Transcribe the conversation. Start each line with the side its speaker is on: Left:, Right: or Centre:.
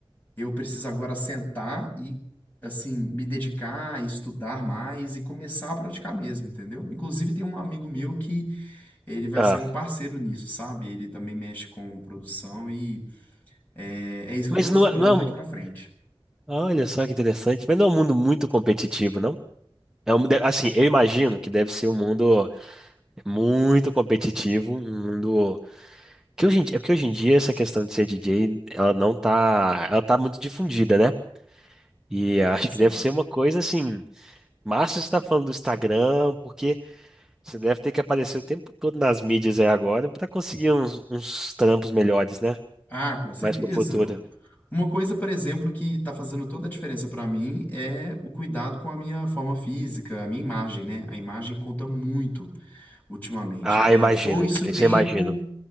Left: Eu preciso agora sentar e, assim, me dedicar, estudar mais e começar a praticar mesmo, entendeu? Inclusive, tem um amigo meu que ele vai
Centre: Ah,
Left: ser um parceiro nisso, sabe? Ele também mexe com produção e é, é isso que
Centre: mas
Left: eu tô vislumbrando
Centre: não é, não é
Left: daqui
Centre: um-
Left: pra frente.
Centre: Olha só que interessante. Mas não é um mundo muito competitivo, não? É um, de- assim, eu imagino que deve ser um mundo muito competitivo, um mundo que hoje em dia, é porque hoje em dia essa questão de ser DJ, ela não tá, ela tá muito difundida, né? E acho
Left: Exato.
Centre: que deve ser uma coisa assim. Massa você está falando do Instagram, porque Você deve ter que aparecer o tempo todo nas mídias aí agora para conseguir uns, uns trampos melhores, né?
Left: Ah, com certeza.
Centre: Mais pro futuro.
Left: Uma coisa, por exemplo, que está fazendo toda a diferença para mim é o cuidado com a minha forma física, a minha imagem, né? A imagem conta muito ultimamente.
Centre: Ah,
Left: É,
Centre: imagino.
Left: foi-se o
Centre: Isso
Left: tempo,
Centre: eu imagino.